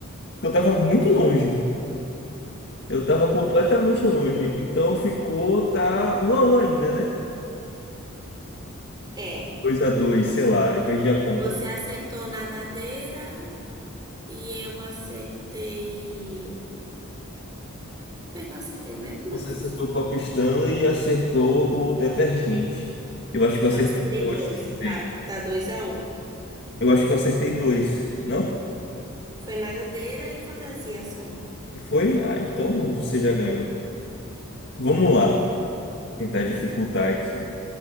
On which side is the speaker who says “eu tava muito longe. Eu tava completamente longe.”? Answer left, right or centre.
Left